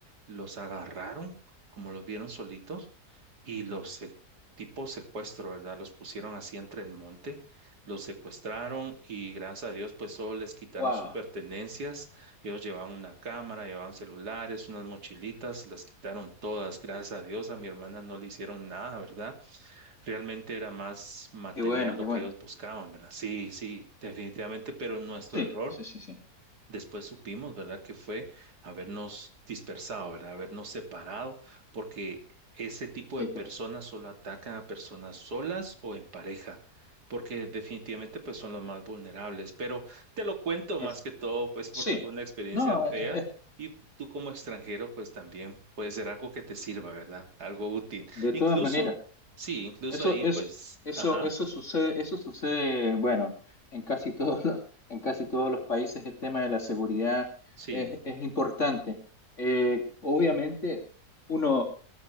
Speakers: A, on the right; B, on the left.
A: los agarraron, como los vieron solitos, y los se- tipo secuestro, ¿verdad? Los pusieron así entre el monte, los secuestraron y gracias a Dios, pues solo les quitaron
B: Wow,
A: sus pertenencias, ellos llevaban una cámara, llevaban celulares, unas mochilitas, se las quitaron todas, gracias a Dios, a mi hermana no le hicieron nada, ¿verdad? Realmente era más material
B: qué bueno,
A: lo
B: qué bueno.
A: que ellos buscaban, ¿verdad? Sí, sí, definitivamente, pero nuestro
B: Sí,
A: error.
B: sí, sí, sí.
A: Después supimos, ¿verdad?, que fue habernos dispersado, ¿verdad?, habernos separado, porque ese tipo
B: Sí,
A: de personas
B: pues,
A: solo atacan a personas solas o en pareja, porque definitivamente pues son los más vulnerables. Pero te lo cuento
B: es.
A: más que todo, pues porque
B: Sí.
A: fue una experiencia
B: No,
A: fea
B: eh, eh, eh,
A: y tú como extranjero pues también puede ser algo que te sirva, ¿verdad? Algo útil.
B: de
A: Incluso,
B: todas maneras.
A: sí, incluso
B: Eso,
A: ahí
B: es,
A: pues,
B: eso,
A: ajá,
B: eso sucede, eso sucede, bueno, en casi todos los, en casi todos los países el tema de la seguridad
A: sí,
B: es, es importante. Eh, obviamente, uno.